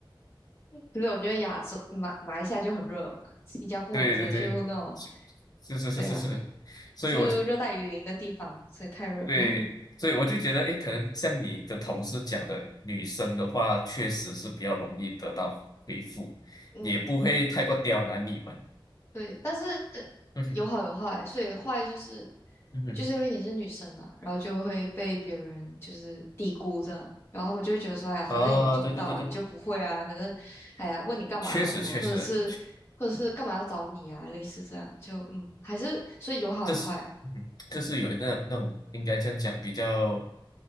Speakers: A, on the left; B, on the left.
A: 就是我觉得亚洲马马来西亚就很热嘛，新加坡也是啊，
B: 对对对，
A: 就那种
B: 是是是是是，
A: 对啊，
B: 所以我就
A: 就是热带雨林的地方，所以太热了。
B: 对，所以我就觉得，诶，可能像你的同事讲的，女生的话确实是比较容易得到回复，
A: 嗯，
B: 也不会太过刁难你们。
A: 对，但是
B: <laughs> 嗯哼，
A: 有好有坏，所以坏就是
B: 嗯哼，
A: 就是因为你是女生嘛，然后就会被别人就是低估这样，然后他们就会觉得说，哎呀，反正你也做不到，
B: 哦，对对对对，
A: 你就不会啊，反正哎呀，问你干嘛啊什么，
B: 确实确实，
A: 或者是或者是干嘛要找你啊，类似这样，就嗯，还是所以有好有坏，
B: 这是嗯哼这是有那种那种应该这样讲，
A: 嗯，
B: 比较。